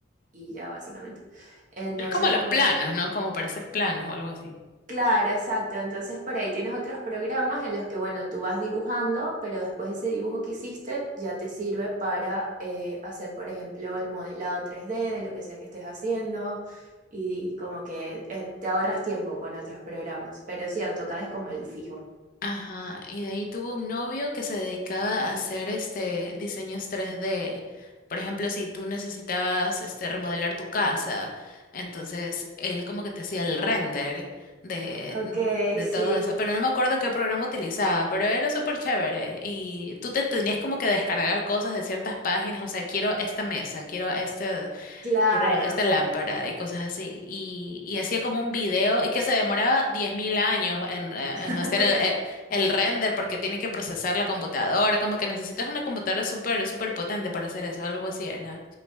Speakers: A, on the right (about 40°); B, on the left (about 45°).
A: y ya básicamente. Entonces,
B: Es como los
A: como
B: planos,
A: que
B: ¿no? Como para hacer planos o algo así.
A: Claro, exacto. Entonces por ahí tienes otros programas en los que, bueno, tú vas dibujando, pero después ese dibujo que hiciste ya te sirve para eh, hacer, por ejemplo, el modelado 3D de lo que sea que estés haciendo y como que eh, te ahorras tiempo con otros programas. Pero sí, AutoCAD es como el fijo.
B: Ajá, y de ahí tuvo un novio que se dedicaba a hacer este diseños tres d Por ejemplo, si tú necesitabas este remodelar tu casa, entonces él como que te hacía el render de,
A: Ok,
B: de
A: sí,
B: todo eso. Pero no me acuerdo qué programa utilizaba, pero era súper chévere. Y tú te tenías como que descargar cosas de ciertas páginas, o sea, quiero esta mesa, quiero este
A: claro.
B: era esta lámpara y cosas así. Y, y hacía como un video y que se demoraba 10.000 años en, eh,
A: <laughs>
B: en hacer el, eh, el render porque tiene que procesar la computadora. Como que necesitas una computadora súper, súper potente para hacer eso, algo así era.